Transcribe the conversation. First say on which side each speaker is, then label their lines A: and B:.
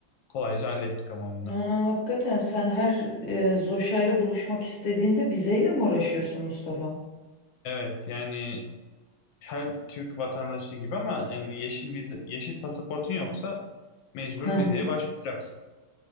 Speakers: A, on the left; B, on the left.
A: kolayca hallettik ama
B: Ha, hakikaten sen her e, Zoşa'yla buluşmak istediğinde vizeyle mi uğraşıyorsun Mustafa?
A: Evet yani her Türk vatandaşı gibi ama yani yeşil vize, yeşil pasaportun yoksa mecbur
B: Hı hı.
A: vizeye başvuracaksın.